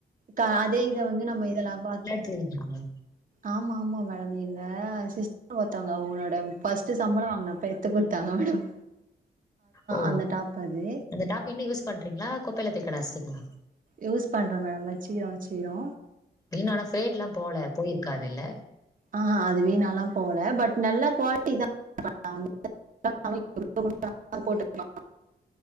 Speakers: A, on the right (about 55°); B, on the left (about 20°).
A: ட அதே இத வந்து நம்ம இதெல்லா பாத்து
B: தெரியுங்க
A: ஆம் ஆமா மேடம் எங்க சிஸ் ஒத்தவத்தாங்க அவங்களோட ஃபஸ்ட்டு சம்பள வாங்குனப்ப எத்து குடுத்தாங்க மேடம்
B: ஓ
A: அந்த டாப் அது
B: அந்த டாப் இன்னு யூஸ் பண்றீங்களா குப்பைல தூக்கி கடாஸ்டீங்க்ளா
A: யூஸ் பண்ற மேடம் வச்சிய வச்சிரோ
B: நீன் ஆனா ஃபேட்ல்லா போல போயிருக்காது இல்ல
A: ஆஹா அது வீணால்லா போல பட் நல்ல க்வாலிட்டி தா <unintelligible> <unintelligible> அது போட்டுக்லா